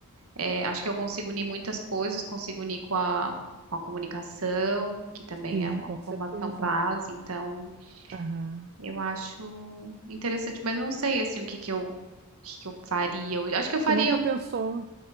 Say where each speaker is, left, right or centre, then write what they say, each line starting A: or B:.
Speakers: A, on the right; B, on the right.
A: é, acho que eu consigo unir muitas coisas, consigo unir com a, com a comunicação, que também
B: Sim,
A: é uma
B: com certeza,
A: formação base,
B: né?
A: então
B: Aham.
A: eu acho interessante, mas eu não sei assim o que que eu, o que que eu faria. Eu acho que eu faria
B: Tu nunca pensou